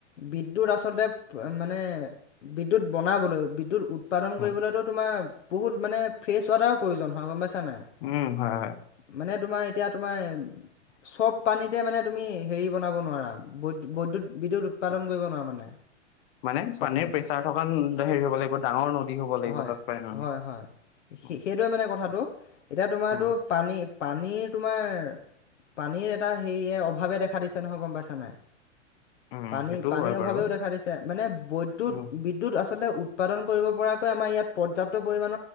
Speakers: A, on the left (about 70°); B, on the left (about 55°).
A: বিদ্যুত আচলতে, মানে বিদ্যুত বনাবলৈ, বিদ্যুৎ উৎ উৎপাদন
B: উম
A: কৰিবলৈতো তোমাৰ বহুত মানে ফ্ৰেছ ৱাটাৱ প্ৰয়োজন হয় গম পাইছ ছা নাই।
B: উম হয় হয়
A: মানে তোমাৰ এতিয়া তোমাৰ চব পানীতে মানে তুমি হেৰি বনাব নোৱাৰা, বৈ বৈদ্যুত, বিদুত উৎ পাদন কইব নোৱা মানে
B: মানে
A: চব
B: পানীৰ
A: পানী,
B: প্ৰেচাৰ থকা হেৰি হ'ব লাগিব ডাঙৰ নদী হ'ব লাগিব
A: হয়,
B: তাত পাৰিম আমি
A: হয়, হয় সে-সেটোৱে
B: উম
A: মানে কথাটো। এতিয়া তোমাৰতো
B: উম
A: পানী, পানীৰ তোমাৰ পানীৰ এটা হেইয়ে, অভাৱে দেখা দিছে নহয় গম পাইছা নাই?
B: উম
A: পানী,
B: সেইটোও
A: পানীৰ
B: হয়
A: অভাৱেও
B: বাৰু
A: দেখা দিছে মানে বৈদ্যুত,
B: উম
A: বিদ্যুৎ আচলতে উৎ পাদন কইব পৰাকৈ আমাৰ ইয়াত পৰ্যাপ্ত পৰিমাণ